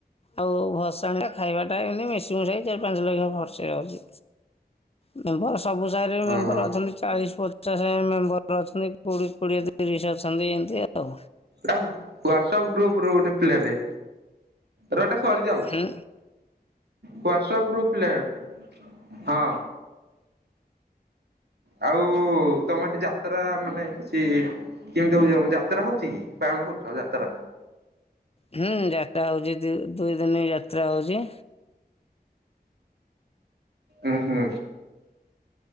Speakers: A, on the left; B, on the right.
A: ଆଉ ଭସାଣିଟା, ଖାଇବାଟା, ଏମିତି ମିଶିମିଶାକି ଚାରି ପାଞ୍ଚ ଲକ୍ଷ ଖର୍ଚ୍ଚ ଯାଉଛି। ମେମ୍ବର ସବୁ ସାର ମେମ୍ବର
B: ଓହୋ
A: ଅଛନ୍ତି ଚାଳିଶ ପଚାଶ ମେମ୍ବର ଅଛନ୍ତି, କୋଡିଏ କୋଡିଏ ଦ ତିରିଶି ଅଛନ୍ତି, ଏମିତି ଆଉ
B: ଆଉ ହ୍ୱାଟ୍ସଆପ୍ ଗ୍ରୁପରୁ ଗୋଟେ ପିଲାଟେ ର ଏଟା ସରିଯାଉ,
A: ହୁଁ
B: ହ୍ବାଟ୍ସଆପ୍ ଗ୍ରୁପ ପିଲାଟେ ହଁ ଆଉ ତମେ ଏଠି ଯାତ୍ରା ମାନେ ସେ କେମିତି ହଉଛିମ, ଯାତ୍ରା ହଉଛି କି? ପାଳନ କରୁଛ ଯାତ୍ରା
A: ହୁଁ ଯାତ୍ରା ହଉଛି, ଦି ଦୁଇ ଦିନ ଯାତ୍ରା ହଉଛି।
B: ଉଁ ହୁଁ